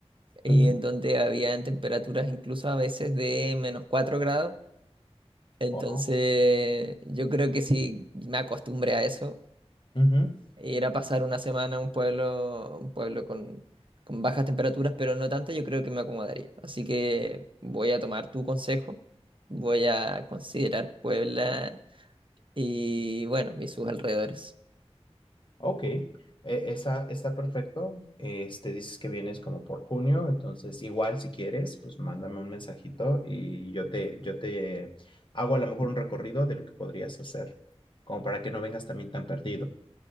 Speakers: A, on the right (about 50°); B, on the left (about 45°).
A: y
B: ujú.
A: en donde habían temperaturas incluso a veces de menos 4 grados. Entonces,
B: Oh,
A: yo creo que sí me acostumbré a eso.
B: ujú.
A: Ir a pasar una semana a un pueblo, un pueblo con, con bajas temperaturas, pero no tantas, yo creo que me acomodaría. Así que voy a tomar tu consejo, voy a considerar Puebla y bueno, y sus alrededores.
B: Ok, E- esa está perfecto. Este, dices que vienes como por junio, entonces igual si quieres, pues mándame un mensajito y yo te, yo te hago a lo mejor un recorrido de lo que podrías hacer, como para que no vengas también tan perdido.